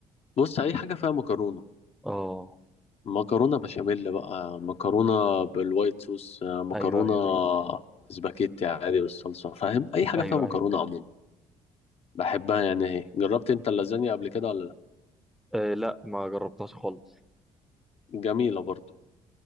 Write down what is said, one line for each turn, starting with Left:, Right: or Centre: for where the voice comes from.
Left: بص أي حاجة فيها مكرونة
Centre: اه
Left: مكرونة بشاميل بقى مكرونة بالوايت صوص آه، مكرونة
Centre: ايوه ايوه
Left: سباكيتي عادي بالصلصة فاهم أي حاجة
Centre: ايوه
Left: فيها مكرونة
Centre: ايوه فاهم
Left: عموما بحبها يعني هي جربت أنت اللازانيا قبل كده ولا لأ
Centre: آه لا ما جربتهاش خالص
Left: جميلة برضو